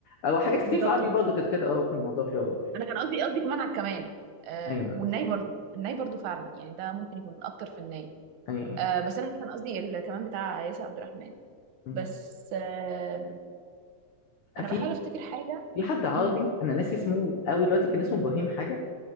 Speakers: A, on the left; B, on the right.
A: او حاجات كتير
B: بالظبط
A: في العربي برضه كانت كده اه وكان الموضوع فيها واضح
B: انا كان قصدي قصدي كمان على الكمان آه
A: ايوه
B: والناي برضو الناي برضو فعلا يعني ده ممكن يكون اكتر في الناي
A: ايوه ايوه
B: آه بس انا كان قصدي الكمان بتاع ياسر عبد الرحمن
A: مم.
B: بس آه انا
A: آه، في
B: بحاول افتكر حاجه
A: في حد عربي
B: مم.
A: انا ناسي اسمه قوي دلوقتي كان اسمه ابراهيم حاجه